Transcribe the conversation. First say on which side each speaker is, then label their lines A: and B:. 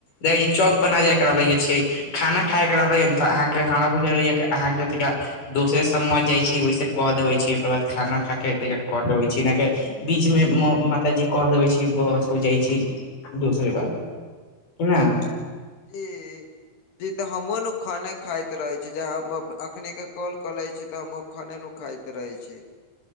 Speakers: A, on the left; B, on the left.
A: देख चौक पर न जाय रहलग छै <unintelligible> खाना खाय के रहलै ह त अहाँके हमरा बुझ रहैये जे अहांके का दोसरे समझ जाइ छै ओहिसे क देबे छै ओकर बाद खाना खा के क देबे छी अहांके बीच मे मातााजी कह देबै छै बस हो जाइ छै दोसरे बात क नहि <unintelligible>
B: ली। जी ते हमहुं न खाने खाइत रहै छी, अखनी के कॉल करै छी ते हम खाने नु खाइत त रहै छै